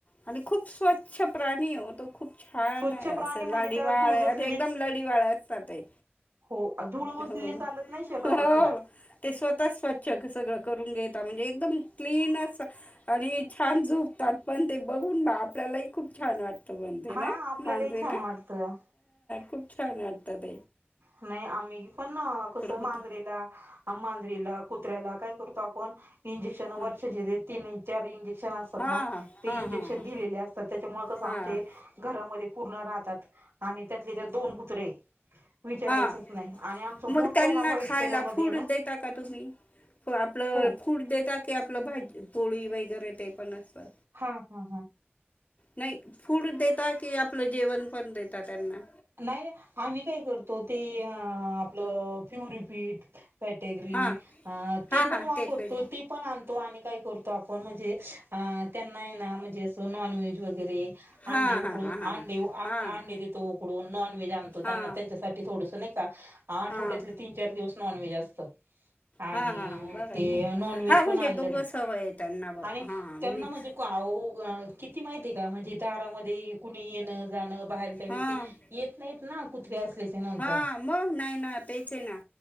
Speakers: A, on the left; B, on the right.
A: आणि खूप स्वच्छ प्राणी हो तो खूप छान
B: स्वच्छ
A: आहे असं
B: प्राणी म्हणजे
A: लाडीवाळ
B: त्याला धूळ बसलेली
A: अरे एकदम लडीवाळ असतात आहे
B: हो धूळ बसलेली
A: हो
B: चालत नाही शरीरावर
A: हो
B: तिला
A: ते स्वतः स्वच्छ सगळं करून घेत म्हणजे एकदम क्लीनस आणि छान झोपतात पण ते बघून आपल्यालाही खूप छान वाटतं बर
B: हा
A: ना
B: आपल्यालाही
A: मांजरे
B: छान
A: ना
B: वाटतं
A: खूप छान वाटतात
B: नाही आम्ही पण कसं
A: होतं
B: मांजरेला मांजरीेला कुत्र्याला काय करू आपण इंजेक्शन
A: हां
B: वर्षाचे तीन चार इंजेक्शन इंजेक्शन असतात
A: हां
B: ना ते
A: हां
B: इंजेक्शन
A: हां हां
B: दिलेले असतात त्याच्यामुळे कसं
A: हां
B: आमचे घरामध्ये पूर्ण राहतात आणि त्यातले त्या दोन कुत्रे विचारायचच
A: हां
B: नाही आणि आमचं
A: मग
B: मोठा
A: त्यांना
B: आहे ना व्हाईट
A: खायला
B: कलर मध्ये
A: फूड
B: आहे ना
A: देता का तुम्ही आपलं
B: हो
A: फूड देेता की आपलं भाजी पोळी वगैरे ते पण असतात
B: हा हा हा
A: नाही फूड देता कि आपलं जेवण पण देता त्यांना
B: नाही आम्ही काय करतो ते आपलं प्युरीपीठ फॅटेगरी
A: हां
B: ते
A: हां
B: पण
A: हां
B: वापरतो,
A: पेढे
B: ते पण आणतो आणि काय करतो आपण म्हणजे अ त्यांना आहे ना म्हणजे असं नॉन व्हेज वगैरे
A: हां
B: अंडे उकडून
A: हां हां हां
B: अंडे अं
A: हां
B: देतो उकडून नॉन व्हेज आणतो
A: हां
B: त्यां त्यांच्यासाठी थोडस नाही का आठवड्यात
A: हां हां
B: तीन चार दिवस नॉनव्हेज असत. आणि
A: हां हां हां बरं
B: ते
A: आहे ना
B: नॉन व्हेज
A: हां
B: पण
A: म्हणजे
B: आणलं
A: दोघं सवय आहे त्यांना ब
B: आणि
A: हां
B: त्यांना
A: मिक्स
B: म्हणजे, हो किती माहिती आहे का म्हणजे दारामध्ये कुणी येणं जाणं बाहेरच्या व्यक्ती
A: हां
B: येत नाहीत ना कुत असल्या नंतर
A: हां मग नाही ना तेच आहे ना